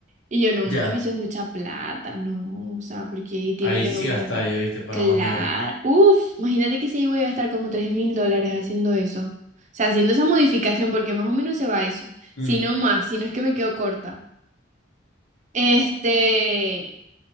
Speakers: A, on the right; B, on the left.
A: Y yo, no mami,
B: ya.
A: eso es mucha plata, no, o sea, porque tienen
B: Ahí
A: que romper.
B: sí gastáis, ¿viste? Para
A: Claro,
B: aguas negras.
A: uff, imagínate que si ahí voy a gastar como tres mil dólares haciendo eso. O sea, haciendo esa modificación, porque más o menos se va eso. Si
B: Mm.
A: no más, si no es que me quedo corta. Este,